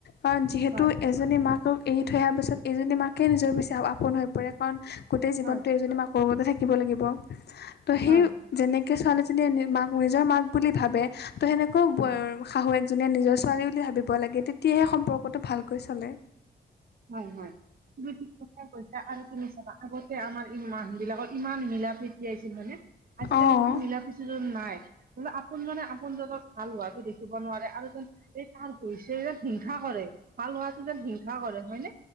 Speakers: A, on the left; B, on the right.
A: কাৰণ যিহেতু
B: হয়
A: এজনী মাকক এৰি থৈ অহাৰ পিছত এইজনী মাকে নিজৰ পিচি আপোন হৈ <unintelligible> গোটেই জীৱন
B: হয়
A: টো এজনি ম, কতে থাকিব লাগিব ত সেই
B: হয়
A: যেনেকৈ ছোৱালীজনীয়ে মাক নিজৰ মাক বুলি ভাবে তো সেনেকৈও
B: উম
A: শাহু একজনীয়ে নিজৰ ছোৱালী বুলি ভাবিব লাগে। তেতিয়াহে সম্পৰ্কটো ভালকৈ চলে।
B: হয়, হয়। তি, ঠিক কাই, কৈছা আৰু তুমি চাবা আগতে আমাৰ মানুহ বিলাকৰ ইমান মিলা, প্ৰীতি ঠিয়াইছিল হয়নে আজিকালি
A: অঁ
B: স মিলা প্ৰতি নাই ম আপোনজনে, আপোনজনক ভালোৱাটো দেখি। দিব নোৱাৰে আৰু যেন এই কাৰছে যেন হিংসা কৰে ভাল হোৱাটো যেন হিংসা কৰে। হয়, নে,